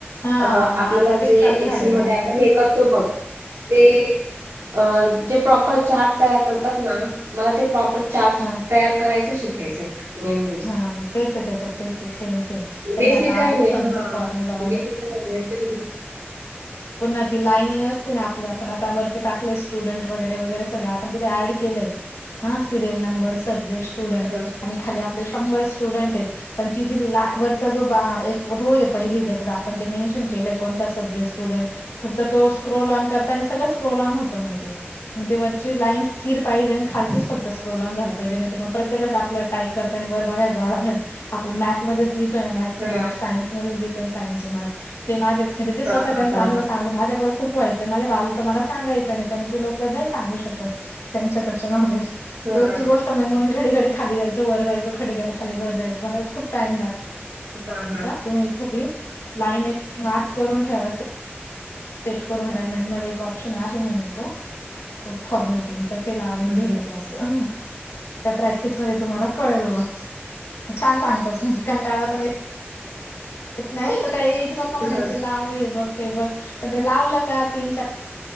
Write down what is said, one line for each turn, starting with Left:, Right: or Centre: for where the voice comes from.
Left: हा
Right: अ
Left: मग
Right: आपल्याला
Left: आता तेच
Right: जे
Left: चालू
Right: एक्सेलमध्येध्ये
Left: झालंय माझं.
Right: आपण हे करतो बघ ते अ जे प्रॉपर चार्ट तयार करतात ना मला ते प्रॉपर चार्ज
Left: हा
Right: तयार करायचं शिकायचंय मेन म्हणजे
Left: हा मग तेच आहे त्याच्यात तेच सेम सेम त्यांनी
Right: बेसिक
Left: आता
Right: काय
Left: आजच
Right: ये
Left: समचा
Right: हा
Left: फॉर्म्युला वगैरे
Right: बेसिक काय ते
Left: पुन्हा ती लाईनिंग असते ना आपल आपण आता वरती टाकल ये स्टुडंट वगैरे वगैरे सगळ आपण तिथे ऍड केलंय हा सिरियल नंबर सब्जेक्ट स्टुडंट
Right: हां,
Left: आणि खाली आपले शंभर स्टुडंट येत पण ति जी ला वरचा जो बा एक रो ये पहिली ज्यात आपण ते मेनशन केलंय कोणता सब्जेक्ट स्टुडंट फक्त तो स्क्रोल ऑन कर सगळं स्क्रल न होत मग तेग ते वरची लाईन् स्थिर पाहिजे आणि खालच फक्त ्रोल ऑन झाला पाहिजे नाही तर प्रत्येक आपल्या टाईप करताना वर बघाय जावं लागणार जा आप मॅथ ो मथसचे
Right: हां,
Left: मार्क सायनस मच देतोय सायन्सचे मार्क ते माझे म्हणे ते स्वतः
Right: हां, हां, हां,
Left: त्यांचा
Right: हां,
Left: अनुभव
Right: हां,
Left: सांगत माझ्याकडे खूप व्हायचंय माझ बाजूच मला सांगायचं नाही कारण की लोक नाही सांगू शकत त्यांच्याकडचे नॉलेज
Right: हां,
Left: तर
Right: हां,
Left: ती गोष्ट मग मग घडी घडी खाली जायचं वर जायचं ख खाली वर जायचं मला खूप टाइम लाग
Right: हां, हां,
Left: तुम्ही इथे ती लाईन एक मार्क करून ठेवा सेट करून लायमेंट मध्ये एक ऑप्शन आहे म्हणे तो फॉर्मॅटिंगचा ते लावून
Right: हां,
Left: घ्यायचं
Right: हां,
Left: अस त्या प्रॅक्टिस मध्ये तुम्हाला कळेल ब छान सांगतात म्हणजे कंटाळा पनीर नाही ताई इच पप्पा म्हणायचे
Right: हां, हां.
Left: लावू हे बघ ते बघ पण ते लावलं का तीन चार